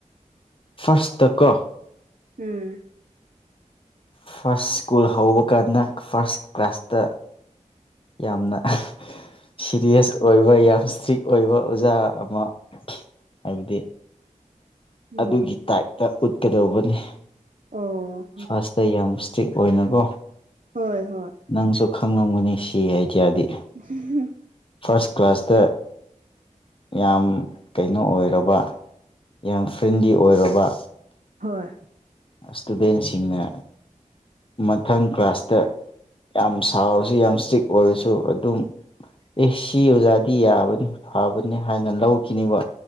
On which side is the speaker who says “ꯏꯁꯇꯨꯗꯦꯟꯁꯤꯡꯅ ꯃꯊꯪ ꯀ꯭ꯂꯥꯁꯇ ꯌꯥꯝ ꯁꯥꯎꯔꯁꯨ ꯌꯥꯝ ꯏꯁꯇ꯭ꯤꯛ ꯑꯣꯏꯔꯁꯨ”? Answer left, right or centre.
Left